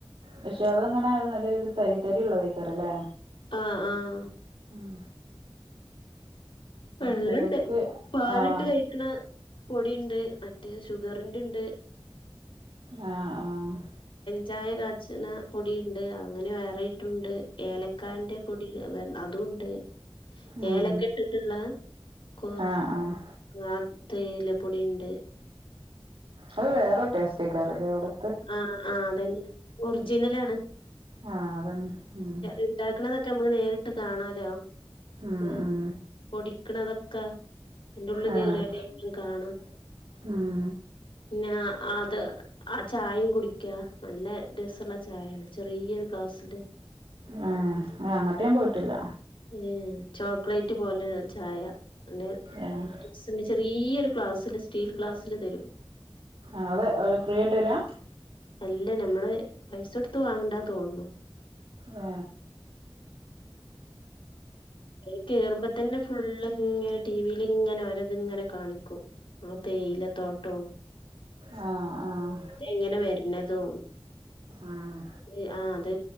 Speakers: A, on the right; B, on the left.
A: പക്ഷെ അതങ്ങനയിരുന്നുത ഒരു തരി തരി ഉള്ളതക്കാറ അല്ലേ
B: ആ ആ
A: ഉം
B: വെള്ളണ്ട്
A: ചിലർക്ക്
B: പാലിട്ട്
A: ആഹ്
B: കഴിക്കണ പൊടിണ്ട് മറ്റ മറ്റേ ഷുഗറിന്റണ്ട്
A: ആ ആ
B: ചായ കാച്ചണ പൊടി ഉണ്ട് അങ്ങനെ വേറെ ഇട്ടൂടെ ഏലക്കാന്റെ പൊടി തുണ്ട്
A: ഉം
B: ഏലക്കെ ഇട്ടിട്ടുള്ള കൊ
A: ആഹ് ആഹ്
B: ആ തെയില പ്പടെയുണ്ട്
A: അത് വേറെ ടേസ്റ്റ് ആക്കാറില്ലേ വിടെ
B: ആ ആ അതന്നെ ഒറിജിനലാണ്
A: ആഹ് അതന്നെ ഉം
B: ഇണ്ടാക്കണത് നമ്നേരിട്ട് കാണാലോ
A: ഉം
B: ഏ
A: ഉം
B: പൊടിക്കണതൊക്ക അയ്ന്റുള്ള്
A: ആഹ്
B: കേയറിയ <unintelligible> കാണാം
A: ഉം
B: പിന്നാ ആത് ആർ ആ ചായും കുടിക്കാ നല്ല രസുള്ള ചായയാണ് ചെറിയൊരു ഗ്ലാസ്സിന്റെ
A: ആ അങ്ങട്ട് ഞാൻ പോയിട്ടില്ല.
B: ഉം ചോക്ലേറ്റ് പോലെ ചായ <unintelligible>
A: ഏഹ്
B: ചെറിയൊരു ഗ്ലാസിൽ സ്റ്റീൽ ഗ്ലാസില് തരും
A: ആതെ ഒരു ഫ്രീകിട്ടീലാ?
B: അല്ല നമ്മള് പൈസൊടുത്ത് വാങ്ങണ്ട തോൺണു.
A: ആ
B: <unintelligible> കേറു തന്നെ ഫുൾളിങ്ങനെ ടീവീലിങ്ങനെ അവരതിങ്ങനെ കാണിക്കും ആ തേയില തോട്ടോം
A: ആ ആ
B: എങ്ങനെ വരിണ്ണതും
A: ആഹ്
B: അത് ആ അത്